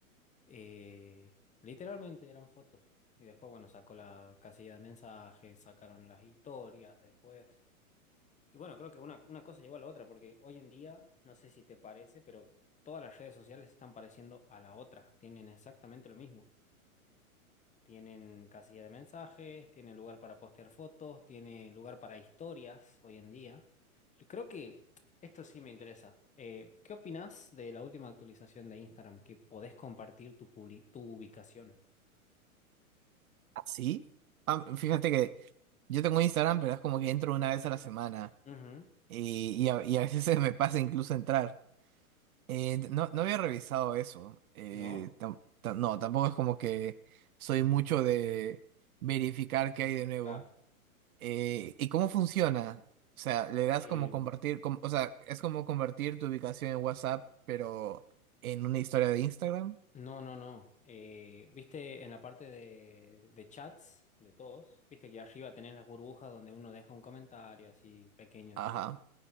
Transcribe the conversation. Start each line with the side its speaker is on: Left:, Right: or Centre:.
Left: Eh, literalmente eran fotos. Y después, bueno, sacó la casilla de mensajes, sacaron las historias después. Y bueno, creo que una, una cosa llevó a la otra, porque hoy en día, no sé si te parece, pero todas las redes sociales están pareciendo a la otra. Tienen exactamente lo mismo. tienen casilla de mensajes, tienen lugar para postear fotos, tiene lugar para historias hoy en día. Creo que esto sí me interesa. Eh, ¿qué opinas de la última actualización de Instagram que podés compartir tu, publi- tu ubicación?
Right: ¿Así? Ah, fíjate que yo tengo Instagram, pero es como que entro una vez a la semana.
Left: Ujú,
Right: Y, y a, y a veces <laughs> se me pasa incluso entrar. Eh, no, no había revisado eso. Eh,
Left: ¿No?
Right: tam- tam- no, tampoco es como que soy mucho de verificar qué hay de nuevo.
Left: Claro.
Right: Eh, ¿y cómo funciona? O sea, le das
Left: Eh,
Right: como compartir, com- o sea, es como convertir tu ubicación en WhatsApp, pero en una historia de Instagram.
Left: no, no, no. Eh, viste en la parte de, de chats de todos, viste que arriba tenés las burbujas donde uno deja un comentario así pequeño,
Right: Ajá,
Left: digamos.